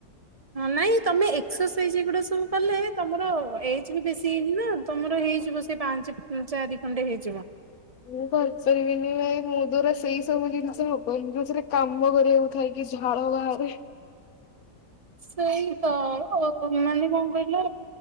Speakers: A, on the right; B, on the left.
A: ନହେଲେ ନାଇଁ ତମେ ଏକ୍ସରସାଇଜ୍ ଏଗୁଡା ସବୁ କଲେ ତମର ଏ ଜ୍ ବି ବେଶୀ ହେଇନି ନା ତମର ହେଇଯିବ ସେଇ ପାଞ୍ଚେ ଚାରି ଖଣ୍ଡେ ହେଇଯିବ।
B: ମୁଁ କରିପାରିବିନି ଭାଇ ମୋ ଦ୍ଵାରା ସେଇ ସବୁ ଜିନିଷ ହବନି ଯୋଉଥିରେ କାମ କରିବାକୁ ଥାଇ ଝାଳ ଭାରେ।
A: ସେଇ ତ ଅ ମାନେ କଣ କହିଲ